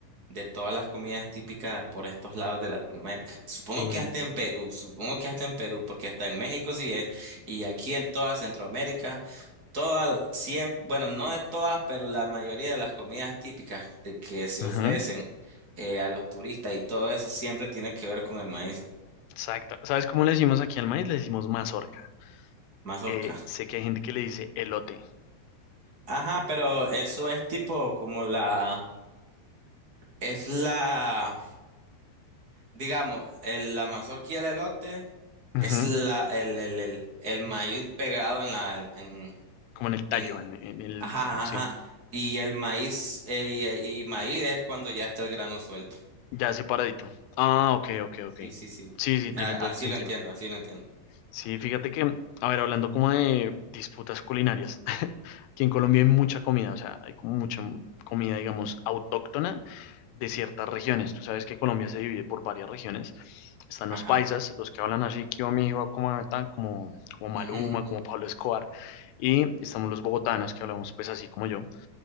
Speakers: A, on the right; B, on the left.
A: de todas las comidas típicas por estos lados de Latinoamérica. Supongo
B: Sí.
A: que hasta en Perú, supongo que hasta en Perú, porque hasta en México sí es, y aquí en toda Centroamérica, todas, siempre, bueno, no de todas, pero la mayoría de las comidas típicas de que se
B: ujú,
A: ofrecen eh, a los turistas y todo eso siempre tiene que ver con el maíz
B: Exacto. ¿Sabes cómo le decimos aquí al maíz? Le decimos mazorca.
A: mazorca.
B: Eh, sé que hay gente que le dice elote,
A: Ajá, pero eso es tipo como la, es la, digamos, el, la mazorca y el elote
B: ujú,
A: es la, el, el, el, el maíz pegado en la, en,
B: como en el tallo,
A: en-
B: en, en el,
A: ajá,
B: sí,
A: ajá, ajá. Y el maíz, eh, y, eh, y maíz es cuando ya está el grano suelto.
B: ya separadito. Ah, ok, ok,
A: Sí,
B: ok.
A: sí, sí.
B: Sí, sí, tiene
A: A-
B: todo
A: así
B: el sentido.
A: lo entiendo, así lo entiendo.
B: Sí, fíjate que, a ver, hablando como de disputas culinarias, <laughs> aquí en Colombia hay mucha comida, o sea, hay como mucha comida, digamos, autóctona de ciertas regiones. Tú sabes que Colombia se divide por varias regiones. Están los
A: Ajá.
B: paisas, los que hablan así, que yo me digo como, tan- como, como Maluma,
A: Ujú, ujú,
B: como
A: ujú.
B: Pablo Escobar. Y estamos los bogotanos, que hablamos pues así como yo.